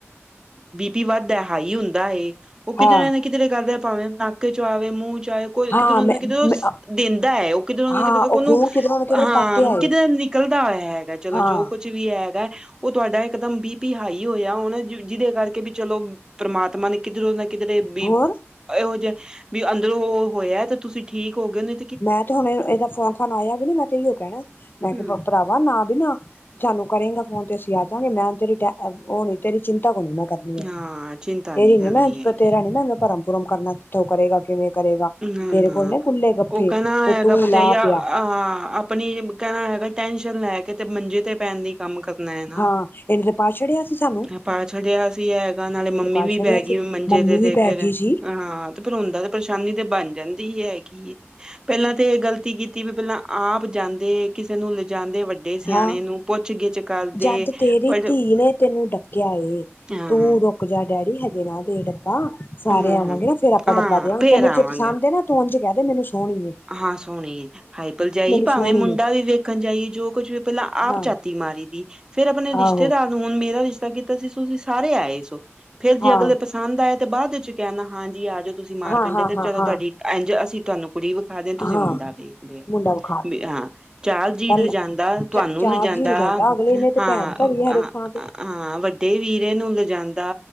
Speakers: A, on the right; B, on the left.
A: ਬੀ ਪੀ ਵੱਧ ਹਾਈ ਹੁੰਦਾ ਹੈ। ਉਹ ਕਿਧਰੇ
B: ਹਾਂ
A: ਨਾ ਕਿਧਰੇ ਕਰਦੇ ਭਾਵੇਂ ਨਾਕੇ ਚੋਂ ਆਵੇ ਮੂੰਹ ਚ ਆਵੇ ਕੋ
B: ਹਾਂ
A: ਕਿਧਰੋ
B: ਮੈਂ
A: ਨਾ ਕਿਧਰੋ ਦਿੰਦਾ ਹੈ ਉਹ ਕਿਧਰੋ ਨਾ
B: ਹਾਂ
A: ਕਿਧਰੋ
B: ਉਹ
A: ਉਹਨੂੰ
B: ਖੂਨ ਕਿਧਰੋਂ ਨਾ ਕਿਧਰੋਂ
A: ਹਾਂ
B: ਪੱਟ ਆਏ
A: ਕਿਧਰ ਨਿਕਲਦਾ ਹੈਗਾ ਚਲੋ
B: ਹਾਂ
A: ਜੋ ਕੁਝ ਵੀ ਹੈਗਾ ਉਹ ਤੁਹਾਡਾ ਇਕਦਮ ਬੀ ਪੀ ਹਾਈ ਹੋਇਆ ਉਹ ਜਿਹਦੇ ਕਰਕੇ ਵੀ ਚਲੋ ਪਰਮਾਤਮਾ ਨੇ ਕਿਧਰੋ ਨਾ ਕਿਧਰੇ ਬੀ।
B: ਹੋਰ
A: ਇਹੋ ਜਿਹੇ ਵੀ ਅੰਦਰੋਂ ਉਹ ਹੋਇਆ ਤੇ ਤੁਸੀਂ ਠੀਕ ਹੋ ਗਏ ਉਹਨੇ।
B: ਮੈਂ ਤੇ ਹੁਣ ਇਹਦਾ ਫੋਨ ਫੋਨ ਆਇਆ ਵੀ ਨ ਮੈਂ ਤੇ ਓ ਕਹਿਣਾ ਮੈਂ
A: ਹਮ
B: ਭਰਾ। ਵ ਨਾ ਵੀ ਨਾ ਸਾਨੂੰ ਕਰੇਗਾ ਫੋਨ ਤੇ ਅਸੀਂ ਆ ਜਾਵਾਂਗੇ। ਮੈਂ ਤੇਰੀ ਉਹ ਨੀ ਤੇਰੀ ਚਿੰਤਾ ਬਣਨਾ ਮੈਂ। ਕਰਨੀ ਹੈ
A: ਹਾਂ, ਚਿੰਤਾ
B: ਤੇਰੀ
A: ਨਹੀਂ ਕਰਨੀ
B: ਨੀ ਮੈਂ
A: ਹੈਗੀ।
B: ਤੇਰਾ ਨੀ ਮੈਂ ਭਰਮ ਭੁਰਮ ਕਰਨਾ ਕਿੱਥੋਂ ਕਰੇਗਾ ਕਿਵੇਂ ਕਰੇਗਾ।
A: ਨਾ
B: ਤੇਰੇ
A: ਨਾ
B: ਕੋਲ ਨੇ ਖੁੱਲੇ ਗੱਫੇ
A: ਉਹ ਕਹਣਾ
B: ਤੇ
A: ਹੈਗਾ
B: ਤੂੰ
A: ਭਰਜਾਈਆ।
B: ਲਾ ਪਿਆ
A: ਹਾਂ। ਆਪਣੀ ਕਹਿਣਾ ਹੈਗਾ ਟੈਨਸ਼ਨ ਲੈ ਕੇ ਤੇ ਮੰਜੇ ਤੇ ਪੈਣ ਦੀ। ਕੰਮ ਕਰਨਾ ਹੈ ਨਾ।
B: ਹਾਂ ਇਹਨੇ ਤੇ ਪਾ ਛੜਿਆ ਸੀ ਸਾਨੂੰ
A: ਮੈਂ ਪਾ ਛਡਿਆ ਸੀ ਹੈਗਾ ਨਾਲੇ
B: ਇਹਨੇ
A: ਮੰਮੀ
B: ਤੇ ਪਾ
A: ਵੀ
B: ਛੜਿਆ
A: ਪੈ ਗ। ਹੈਗੀ
B: ਸੀ
A: ਮੰਜੇ
B: ਮੰਮੀ
A: ਤੇ
B: ਵੀ
A: ਤੇ
B: ਪੈ
A: ਫੇਰ
B: ਗਈ ਸੀ
A: ਹਾਂ ਤੇ ਫੇਰ ਹੁੰਦਾ ਤੇ ਪਰੇਸ਼ਾਨੀ ਤੇ ਬਣ ਜਾਂਦੀ ਹੀ ਹੈਗੀ। ਪਹਿਲਾਂ ਤੇ ਇਹ ਗਲਤੀ ਕੀਤੀ ਵੀ ਪਹਿਲਾਂ ਆਪ ਜਾਂਦੇ ਕਿਸੇ ਨੂੰ ਲਿਜਾਂਦੇ ਵੱਡੇ। ਸਿਆਣੇ
B: ਹਾਂ
A: ਨੂੰ ਪੁੱਛ ਗਿੱਛ ਕਰਦੇ
B: ਜਦ ਤੇਰੀ
A: ਪਰ
B: ਧੀ ਨੇ ਤੈਨੂੰ ਡ। ਏ
A: ਹਾਂ,
B: ਤੂੰ ਰੁਕ ਜਾ ਡੈਡੀ ਹਜੇ ਨਾ ਦੇ ਡੱਬਾ। ਸਾਰੇ
A: ਹੂੰ-ਹੂੰ
B: ਆਵਾਂਗੇ ਨਾ ਫ਼ਿਰ ਆਪਾਂ
A: ਹਾਂ
B: ਡੱਬਾ ਦਿਆਗੇ।
A: ਫੇਰ
B: ਤੈਨੂੰ
A: ਆਵਾਂਗੇ।
B: ਜੈ ਪਸੰਦ ਨਾ ਤੂੰ ਉਂਝ ਕਹਿ ਦੇ ਮੈਨੂੰ ਸੌਹਣੀ।
A: ਹਾਂ ਸੋਹਣੀ ਹਾਈਪਲ ਜਾਈ। ਭਾਵੇਂ
B: ਸੋਹਣੀ
A: ਮੁੰਡਾ
B: ਏ
A: ਵੀ ਵੇਖਣ ਜਾਈਏ ਜੋ ਕੁਝ ਵੀ। ਪਹਿਲਾਂ ਆਪ
B: ਹਾਂ
A: ਝਾਤੀ ਮਾਰੀ ਦੀ ਫੇਰ ਆਪਣੇ ਰਿਸ਼ਤੇਦਾਰ।
B: ਆਹੋ
A: ਹੁਣ ਮੇਰਾ ਰਿਸ਼ਤਾ ਕੀਤਾ ਸੀ। ਤੁਸੀਂ ਸਾਰੇ ਆਏ ਸੋ। ਫੇਰ ਜੇ
B: ਹਾਂ
A: ਅਗਲੇ। ਆਇਦਾ ਤੇ ਬਾਅਦ ਵਿੱਚ ਕਹਿੰਦਾ। ਹਾਂ ਜੀ ਆ ਜਾਓ ਤੁਸੀਂ ਮਾਰਕੰਡੇ
B: ਹਾਂ ਹਾਂ
A: ਤੇ
B: ਹਾਂ
A: ਚਲੋ,
B: ਹਾਂ
A: ਤੁਹਾਡੀ ਇੰਝ ਅਸੀਂ ਤੁਹਾਨੂੰ ਕੁੜੀ। ਹਜੇ ਤੁਸੀਂ
B: ਹਾਂ
A: ਮੁੰਡਾ ਵੇਖ ਲਿਆ।
B: ਮੁੰਡਾ ਵਿਖਾ
A: ਹਾਂ ਚਾਲ ਜੀ
B: ਪਹਿਲਾਂ
A: ਲਿਜਾਂਦਾ। ਤੁਹਾਨੂੰ
B: ਚ ਚਾਰਜ
A: ਲਿਜਾਂਦਾ।
B: ਹੀ ਰਜਾਂਦਾ ਅਗਲੇ ਨੇ ਤੇ
A: ਹਾਂ
B: ਭੈਣ ਧਰੀ
A: ਹ
B: ਹਰ
A: ਹਾਂ।
B: ਇੱਕ ਥਾਂ ਤੇ
A: ਹਾਂ ਵੱਡੇ ਵੀਰੇ ਨੂੰ ਲਿਜਾਂਦਾ।